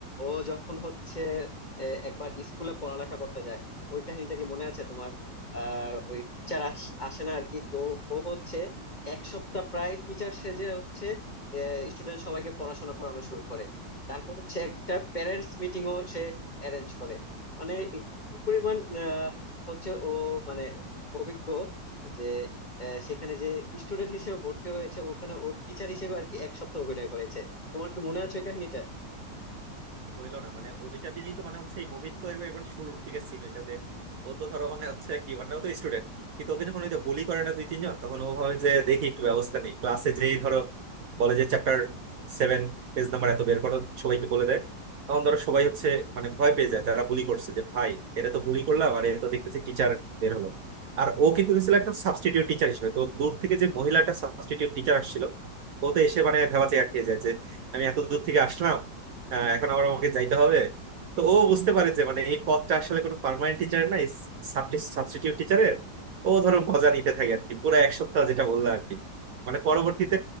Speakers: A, on the left (about 30°); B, on the right (about 60°).
A: ও যখন হচ্ছে এ, একবার স্কুলে পড়ালেখা করতে যায় ওই কাহিনীটা কি মনে আছে তোমার আর ওই টিচার আসে না আর কি তো ও হচ্ছে এক সপ্তাহ প্রায় টিচার সেজে হচ্ছে স্টুডেন্ট সবাইকে পড়াশোনা করানো শুরু করে তারপর হচ্ছে একটা প্যারেন্টস মিটিংও সে অ্যারেঞ্জ করে মানে কি পরিমাণ হচ্ছে ও মানে অভিজ্ঞ যে আহ, সেখানে যে স্টুডেন্ট হিসেবে ভর্তি হয়েছে ওখানে ওর টিচার হিসেবে আর কি এক সপ্তাহ অভিনয় করেছে তোমার কি মনে আছে ওই কাহিনীটা
B: বললো না মানে ওইটা দিয়েই তো মানে হচ্ছে এই মুভির তো একবার মানে শুরুর দিকে সিন ওইটা যে ও তো ধরো মানে হচ্ছে কি মানে ও তো স্টুডেন্ট কিন্তু ওকে যখন ওই যে বুলি করে না দুই তিনজন তখন ও হয় যে দেখি একটু ব্যবস্থা নেই ক্লাসে যেই ধরো বলে যে চ্যাপ্টার সেভেন পেজ নাম্বার এত বের করো সবাইকে বলে দেয় তখন ধরো সবাই হচ্ছে মানে ভয় পেয়ে যায় যারা বুলি করছে যে ভাই এরা তো বুলি করলাম আর এরা তো দেখতেছি টিচার বের হলো আর ও কিন্তু গেছিল একটা সাবস্টিটিউট টিচার হিসেবে তো দূর থেকে যে মহিলাটা সাবস্টিটিউট টিচার আসছিল ও তো এসে মানে ভেবাচে আটকে যায় যে আমি এত দূর থেকে আসলাম হ্যাঁ এখন আবার আমাকে যাইতে হবে তো ও বুঝতে পারে যে মানে এই পদটা আসলে কোনো পার্মানেন্ট টিচার না সাবস্টিটিউট টিচারের ও ধরো মজা নিতে থাকে আর কি পুরো এক সপ্তাহ যেটা বললো আর কি মানে পরবর্তীতে